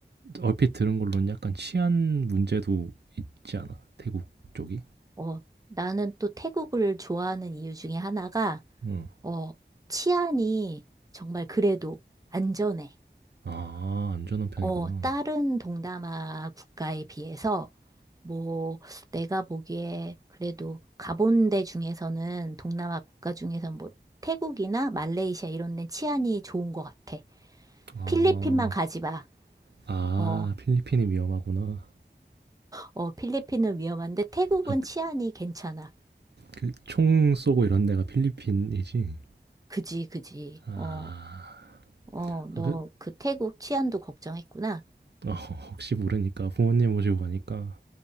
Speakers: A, on the right; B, on the right.
A: 얼핏 들은 걸로는 약간 치안 문제도 있지 않아? 태국 쪽이?
B: 어, 나는 또 태국을 좋아하는 이유 중에 하나가,
A: 응.
B: 어, 치안이 정말 그래도 안전해.
A: 아 안전한 편이구나.
B: 어, 다른 동남아 국가에 비해서, 뭐, 내가 보기에 그래도 가본 데 중에서는, 동남아 국가 중에서는 뭐, 태국이나 말레이시아 이런 데 치안이 좋은 것 같아.
A: 아.
B: 필리핀만 가지 마.
A: 아
B: 어,
A: 필리핀이 위험하구나.
B: 어, 필리핀은 위험한데 태국은
A: 아
B: 치안이 괜찮아.
A: 그 총 쏘고 이런 데가 필리핀이지?
B: 그지, 그지.
A: 아.
B: 어, 어, 너
A: 아 그
B: 그 태국 치안도 걱정했구나.
A: 어 혹시 모르니까 부모님 모시고 가니까.